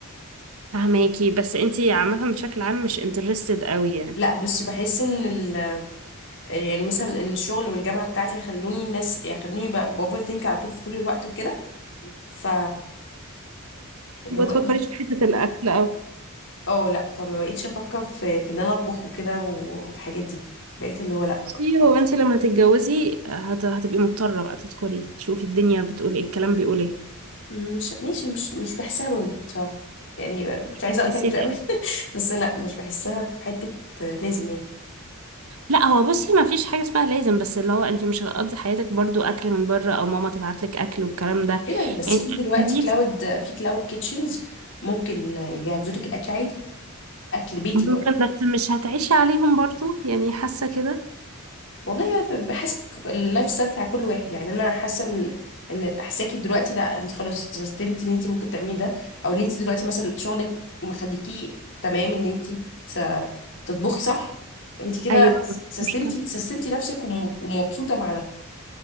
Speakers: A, on the right (about 75°); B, on the left (about 60°).
A: فهماكي بس انتي عامة بشكل عام مش انترستد قوي يعني
B: لا بصي بحس ان ال يعني مثلا ان الشغل والجامعه بتاعتي يخلوني ناس يخلوني باوفر ثينك على طول في طول الوقت وكده ف اللي
A: ما
B: هو
A: تفكريش
B: ايه
A: في حتة الاكل
B: اه لا فما بقيتش افكر في في ان انا اطبخ وكده و- والحاجات دي بقيت اللي هو لا
A: بصي
B: خلاص
A: هو انت لما تتجوزي هت... هتبقي مضطرة بقى تدخلي تشوفي الدنيا بتقول ايه الكلام بيقول ايه
B: مش ماشي مش مش بحسها برضه بصراحه يعني أنا كنت عايزه
A: بتحسيها
B: اقطعك في الاول
A: ايه
B: <laughs> بس لا مش بحسها في حته آه، لازم يعني
A: لا هو بصي ما فيش حاجة اسمها لازم بس اللي هو انت مش هتقضي حياتك برضو اكل من بره او ماما تبعت لك اكل والكلام ده
B: كده بس
A: يعني
B: في دلوقتي
A: تكاليف
B: كلاود في كلاود كيتشنز ممكن يجهزوا لك الاكل عادي اكل بيتي
A: ممكن
B: برضه
A: بس مش هتعيشي عليهم برضو يعني حاسة كده
B: والله بحسب اللايف ستايل بتاع كل واحد يعني انا حاسه ان ان حساكي دلوقتي لا انت خلاص استسلمتي ان انت ممكن تعملي ده او ان انت دلوقتي مثلا شغلك مخليكي تمام ان انت ت- تطبخي صح انت كده
A: ايوه مفيش
B: سستمتي
A: مشكلة
B: سستمتي نفسك وم- ومبسوطه مع ده